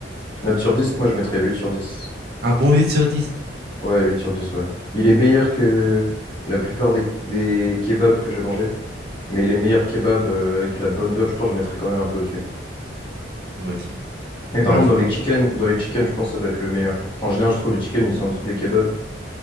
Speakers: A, on the left; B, on the right.
A: Note sur dix moi je mettrais huit sur dix
B: Un bon 8 sur 10.
A: Ouais, huit sur dix ouais. Il est meilleur que la plupart des, des kebabs que j'ai mangés. Mais les meilleurs kebabs euh, avec la bonne viande, je pense que je mettrais quand même un peu au-dessus.
B: Ok. Je
A: Mais
B: vois,
A: par contre,
B: je
A: dans
B: vois.
A: les chicken dans les chicken je pense que ça doit être le meilleur. En général, je trouve les chicken ils sont en dessous des kebabs.